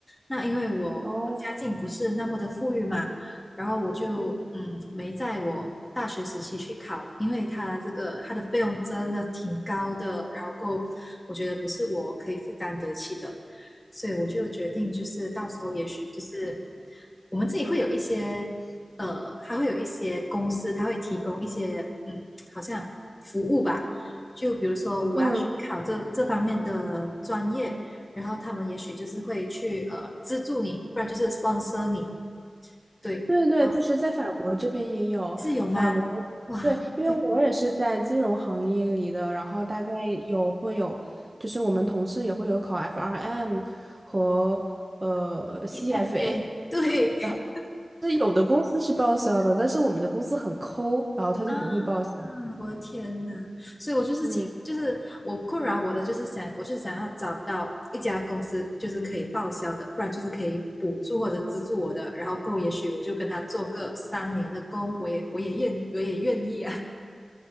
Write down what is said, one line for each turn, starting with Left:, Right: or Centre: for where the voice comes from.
Left: 那因为我家境不是那么的富裕嘛，
Right: 哦，
Left: 然后我就嗯没在我大学时期去考，
Right: 嗯
Left: 因为它这个它的费用真的挺高的，然后够我觉得不是我可以负担得起的。所以我就决定，就是到时候也许就是我们自己会有一些，呃，还会有一些公司，它会提供一些，嗯，好像服务吧。就比如说我要去考这这方面的专业，
Right: 嗯，
Left: 然后他们也许就是会去呃资助你，不然就是 sponsor 你。对，
Right: 对对对，
Left: 然后
Right: 就是在法国这边也有法国，
Left: 是有吗？哇，
Right: 对，因为我也是在金融行业里的，
Left: 对
Right: 然后大概有会有，就是我们同事也会有考 FRM 和呃 CFA，
Left: ，EFA，对
Right: 然后是有的公司是报销的，但是我们的公司很抠，然后他就不会报销。
Left: 啊，<laughs> 我的天呐，所以我就是请，
Right: 嗯。
Left: 就是我困扰我的，就是想，我就是想要找到一家公司，就是可以报销的，不然就是可以补助或者资助我的，然后够，也许我就跟他做个三年的工，我也我也愿我也愿意啊，